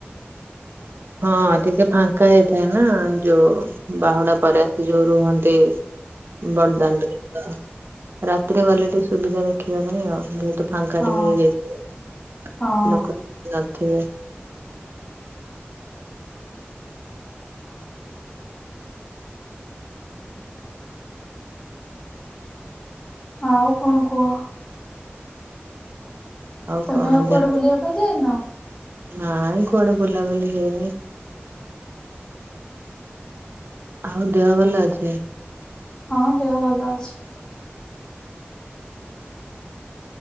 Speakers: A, on the right (about 60°); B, on the left (about 15°).
A: ହଁ ଟିକେ ଫାଙ୍କା ହେଇଥାଏ ନା ଯୋଉ ବାହୁଡା ପରେ ଆସି ଯୋଉ ରୁହନ୍ତି ବଡଦାଣ୍ଡରେ ରାତିରେ ଗଲେ ଟିକେ ସୁବିଧା ଦେଖିବା ପାଇଁ ଆଉ ଯେହେତୁ ଫାଙ୍କା
B: ହଁ
A: ଟିକେ ହେଇଯାଇଥାଏ
B: ହଁ ହଁ
A: ଲୋକ <unintelligible>
B: ଆଉ କଣ କୁହ। ତମେ
A: କଣ
B: ଆଉ କୁଆଡେ
A: ଦେ
B: ବୁଲିବା ପାଇଁ ଯାଇନ?
A: ନାଇଁ କୁଡେ ବୁଲାବୁଲି ହେଇନି। ଆଉ ଦେହ ଭଲ ଅଛି?
B: ହଁ ଦେହ ଭଲ ଅଛି।